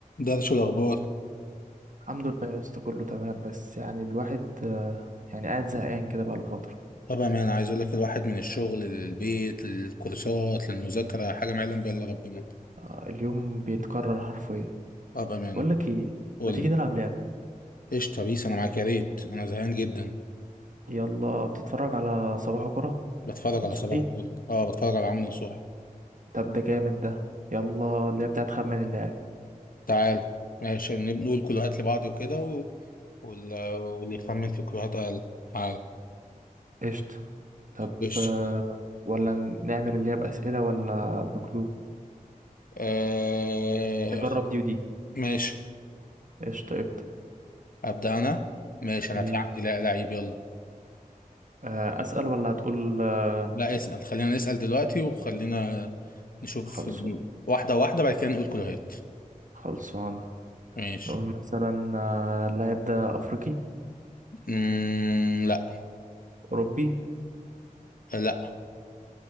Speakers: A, on the left; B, on the right.
A: درش الأخبار
B: الحمد لله يا اسطى كله تمام بس يعني الواحد آه، يعني قاعد زهقان كده بقاله فترة
A: طبعا أنا عايز أقول لك الواحد من الشغل للبيت للكورسات للمذاكرة حاجة ما يعلم بها إلا ربنا
B: آه، اليوم بيتكرر حرفيا
A: أه بأمانة
B: بقول لك ايه
A: قول
B: ما تيجي
A: لي
B: نلعب لعبة
A: قشطة بيس أنا معاك يا ريت أنا زهقان جدا
B: يلا بتتفرج على صباح كرة
A: بتفرج
B: نصوحي
A: على صباح الفل أه بتفرج على عمرو نصوح
B: طب ده جامد ده يلا اللي هي بتاعت خمن اللاعب
A: تعال ماشي نب- نقول كلوهات لبعض وكده و... وال... واللي يخمن في كلوهات أقل تعال
B: قشطة طب
A: قشطة
B: آه، ولا نعمل اللي هي بأسئلة ولا بكلو
A: آه...
B: نجرب
A: خل-
B: دي ودي
A: ماشي
B: قشطة ابدأ
A: أبدأ أنا ماشي أنا
B: أمم،
A: في عندي لا لعيب يلا
B: آه، أسأل ولا هتقول آه،
A: لا اسأل خلينا نسأل دلوقتي وخلينا نشوف
B: خلصان
A: ال- واحدة واحدة بعد كده نقول كلهات
B: خلصانة
A: ماشي
B: نقول مثلا آه، اللاعب ده أفريقي
A: مم... لا
B: أوروبي
A: لا